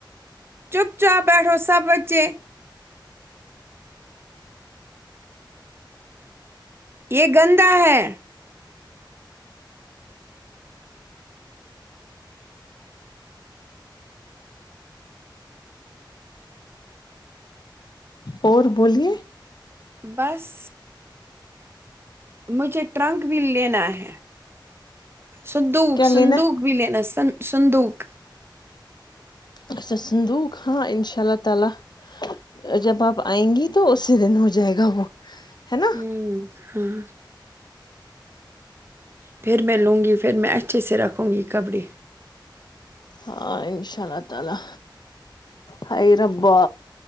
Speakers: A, on the right; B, on the left.
A: چپ چاپ بیٹھو سب بچے یہ گندا ہے
B: اور بولیے
A: بس مجھے ٹرنک بھی لینا ہے سندوک
B: کیا لینا
A: سندوک و لینا سن-سندوک
B: اچھا سندوق ہاں انشاء اللہ تعالی جب آپ آئیں گی تو اسی دن ہو جائے گا وہ ہے نا
A: ہوں ہاں پھر میں لوں گی پھر میں اچھے سے رکھوں گی کپڑے
B: ہاں انشاء اللہ تعالی ہاے ربا